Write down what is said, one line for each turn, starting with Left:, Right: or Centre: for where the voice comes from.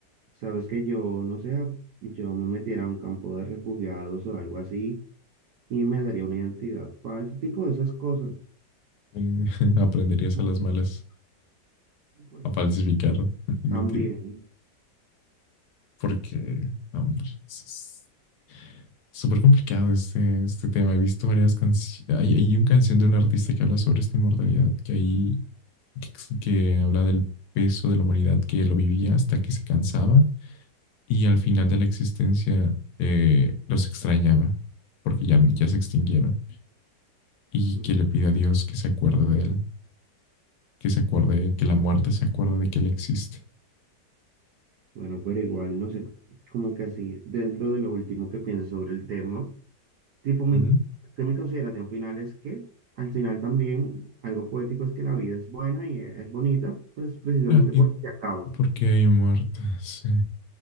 Right: Sabes que yo, no sé, yo me metiera a un campo de refugiados o algo así y me daría una identidad falsa, tipo de esas cosas.
Left: Eh, <laughs> Aprenderías
Right: Como,
Left: a las malas
Right: y pues
Left: a falsificar <laughs> mentira
Right: también,
Left: porque, no, hombre, es- Súper complicado este, este tema. He visto varias canciones. Hay, hay una canción de un artista que habla sobre esta inmortalidad, que ahí, que, que habla del peso de la humanidad que lo vivía hasta que se cansaba y al final de la existencia eh, los extrañaba porque ya, ya se extinguieron y
Right: mm,
Left: que le pide a Dios que se acuerde de él, que se acuerde, que la muerte se acuerde de que él existe.
Right: bueno, pero igual, no sé, como que así, dentro de lo último que pienso sobre el tema, tipo mi,
Left: Ujú.
Right: que mi consideración final es que al final también algo poético es que la vida es buena y e- es bonita, pues precisamente
Left: Ah,
Right: porque
Left: ¿y
Right: se acaba.
Left: por qué hay muertas? Sí,